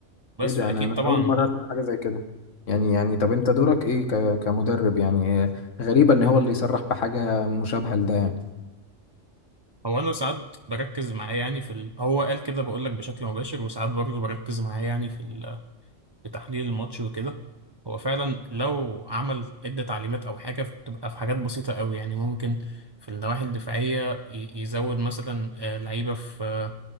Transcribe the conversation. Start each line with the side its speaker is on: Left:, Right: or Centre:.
Right: بس
Left: ايه ده
Right: فأكيد
Left: انا انا
Right: طبعا
Left: اول مره اسمع حاجه زي كده يعني يعني طب انت دورك ايه ك... كمدرب يعني آه، غريبه ان هو اللي يصرح بحاجه مشابهه لده يعني
Right: هو أنا ساعات بركز معاه يعني في ال... هو قال كده بقول لك بشكل مباشر وساعات برضه بركز معاه يعني في ال... في تحليل الماتش وكده هو فعلا لو عمل عدة تعليمات أو حاجة بتبقى في حاجات بسيطة قوي يعني ممكن في النواحي الدفاعية ي- يزود مثلا آه، لعيبة في